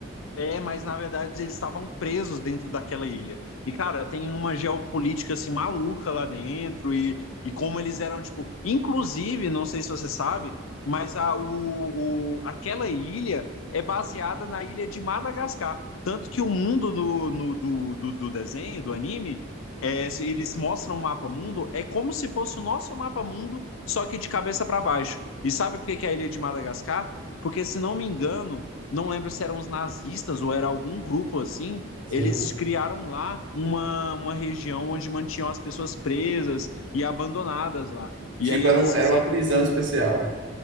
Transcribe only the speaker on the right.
Sim.
Tipo,
era, um- era
uma prisão
especial.